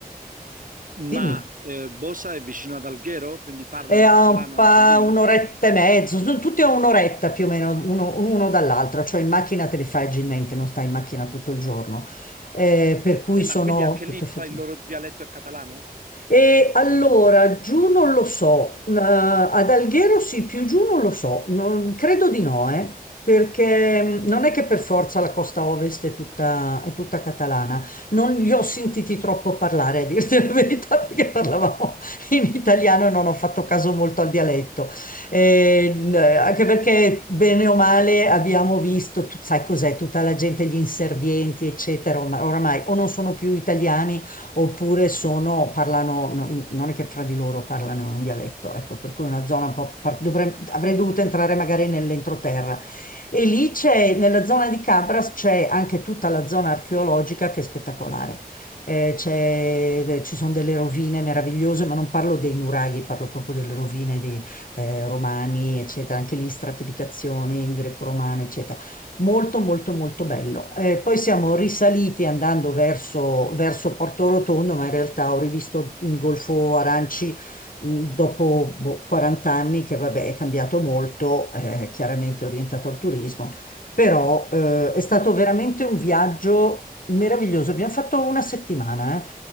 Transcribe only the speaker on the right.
ma
eh, Bosa è vicino ad Alghero, quindi parlano
catalano
anche lì?
Eh, ma
quindi anche
lì
pa- il loro dialetto è catalano
o no?